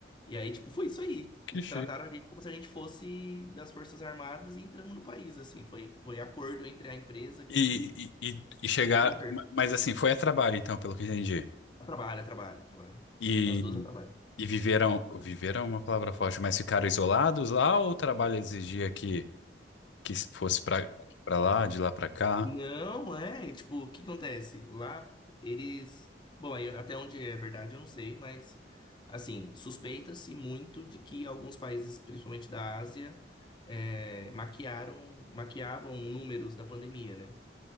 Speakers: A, on the left (about 25°); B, on the left (about 85°).
A: E aí, tipo, foi isso aí.
B: Que chique.
A: Trataram a gente como se a gente fosse das Forças Armadas e entramos no país, assim. Foi, foi acordo entre a empresa aqui
B: E, e, e- e chegar.
A: e o governo.
B: Mas assim, foi a trabalho, então, pelo que eu entendi.
A: Trabalha, trabalha, trabalha.
B: E,
A: As duas trabalham.
B: e viveram. Viveram é uma palavra forte, mas ficaram isolados lá ou o trabalho exigia que, que fosse pra, pra lá, de lá pra cá?
A: Não, é, tipo, o que acontece? Lá eles, bom, aí até onde é verdade eu não sei, mas assim, suspeita-se muito de que alguns países, principalmente da Ásia, é, maquiaram, maquiavam números da pandemia, né?